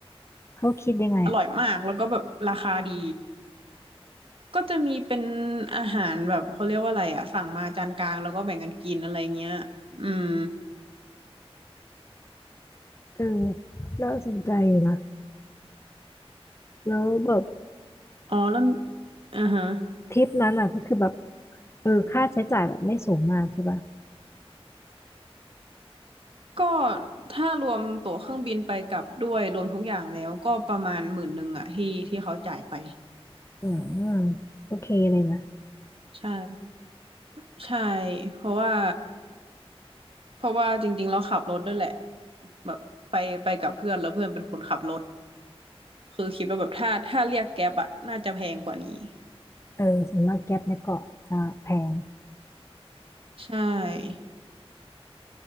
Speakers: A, on the left (about 25°); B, on the right (about 60°).
A: เขาคิดยังไงอ่ะ
B: อร่อยมากแล้วก็แบบราคาดีก็จะมีเป็นอาหารแบบเขาเรียกว่าอะไรอะสั่งมาจานกลางแล้วก็แบ่งกันกินอะไรเงี้ยอืม
A: เออน่าสนใจอยู่นะแล้วแบบ
B: อ๋อแล้วอ่าฮะ
A: ทริปนั้นอ่ะก็คือแบบเออค่าใช้จ่ายแบบไม่สูงมากใช่ป่ะ
B: ก็ถ้ารวมตั๋วเครื่องบินไปกลับด้วยรวมทุกอย่างแล้วก็ประมาณหมื่นหนึ่งอะที่ที่เขาจ่ายไป
A: อืมโอเคเลยนะ
B: ใช่ใช่เพราะว่า เพราะว่าจริงๆเราขับรถด้วยแหละแบบไปไปกับเพื่อนแล้วเพื่อนเป็นคนขับรถคือคิดว่าแบบถ้าถ้าเรียกแก๊ปอะน่าจะแพงกว่านี้
A: เออส่วนมากแก๊ปในเกาะจะแพง
B: ใช่